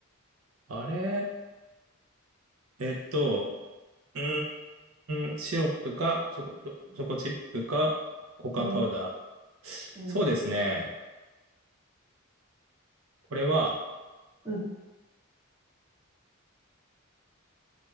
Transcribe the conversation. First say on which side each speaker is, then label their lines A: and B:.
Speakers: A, on the right; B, on the right.
A: あれえっと、うーん、シロップか、チョコ、チョコチップか、ココアパウダー。
B: うん、うん。
A: そうですね。これは、
B: うん。